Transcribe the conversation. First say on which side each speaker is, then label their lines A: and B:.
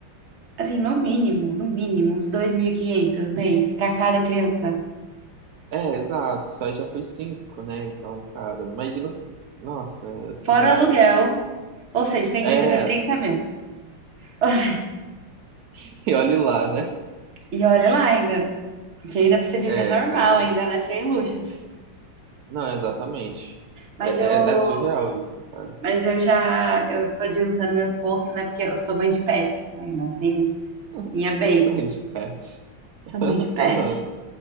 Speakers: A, on the right (about 50°); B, on the right (about 80°).
A: assim, no mínimo, no mínimo, uns 2.500 mês pra cada criança.
B: É, exato. Só aí já foi cinco, né? Então, cara, imagina. Nossa, é surreal.
A: Fora o aluguel, ou seja, tem
B: É,
A: que receber 30 mil. <laughs>
B: <laughs> e olhe lá, né?
A: E olha lá ainda, Porque ainda pra você viver
B: É,
A: normal,
B: cara.
A: ainda, né? Sem luxos.
B: Não, exatamente.
A: Mas
B: É, é-
A: eu.
B: é surreal isso, cara.
A: Mas eu já. Eu tô adiantando meu ponto, né? Porque eu sou mãe de pet também, né? Tem
B: <laughs>
A: minha baby.
B: Sonho de pet.
A: Sou
B: <laughs>
A: mãe de pet.
B: Aham,